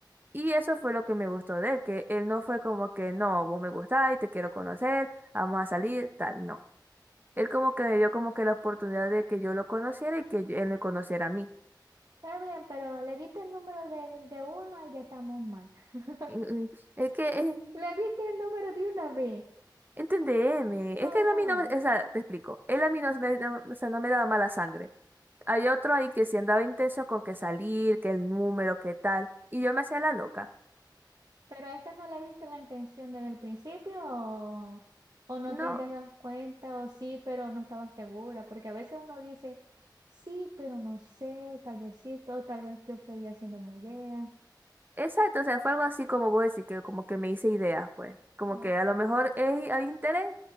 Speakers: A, on the right; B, on the right.
A: Y eso fue lo que me gustó de él, que él no fue como que, no, vos me gustás y te quiero conocer, vamos a salir, tal, no. Él como que me dio como que la oportunidad de que yo lo conociera y que yo- él me conociera a mí.
B: Está bien, pero le diste el número de, de uno y ya estamos mal. <laughs>
A: Mm, mm, Es que, eh,
B: Le diste el número de una vez.
A: entendeme,
B: No.
A: es que él a mí no, me- o sea, te explico, él a mí no, me- no- o sea, no me daba mala sangre. Hay otro ahí que sí andaba intenso con que salir, que el número, que tal, y yo me hacía la loca.
B: ¿Pero a este no le viste la intención desde el principio o, o no
A: No,
B: te das cuenta o sí, pero no estaba segura? Porque a veces uno dice, sí, pero no sé, tal vez sí, o tal vez yo estoy haciendo mi idea.
A: exacto, o sea, fue algo así como vos decís, que como que me hice ideas, pues. Como
B: Como,
A: que a lo mejor es, hay interés,